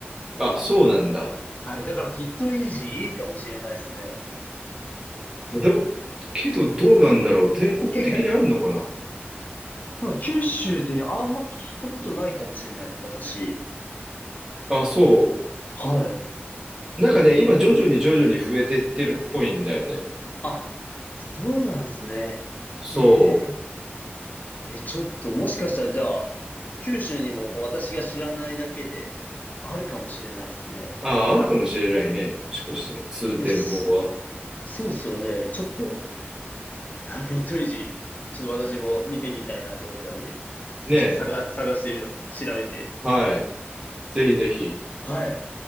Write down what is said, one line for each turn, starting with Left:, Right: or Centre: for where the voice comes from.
Right: あ、そうなんだ。
Left: はい。だから、フィットイージーいいかもしれないですね。
Right: でも、けどどうなんだろう。全国的にあるのかな
Left: 結構、その九州であんま聞いたことないかもしれないです、私。
Right: あ、そ
Left: はい。
Right: う。なんかね、今徐々に徐々に増えてってるっぽいんだよね。
Left: あ、そうなんですね。
Right: そう。
Left: えええ、ちょっと、もしかしたら、じゃあ、九州にも私が知らないだけで、あるかもしれないですね。
Right: ああ、あるかもしれないね。もしかしたら、数店舗は。
Left: よし、そそうですよね。ちょっと、<laughs> フィットイージー、ちょっと私も見てみたいなと思ったんで、
Right: ねえ。
Left: 探、探してみます。調べて。
Right: はい。ぜひぜひ。
Left: はい。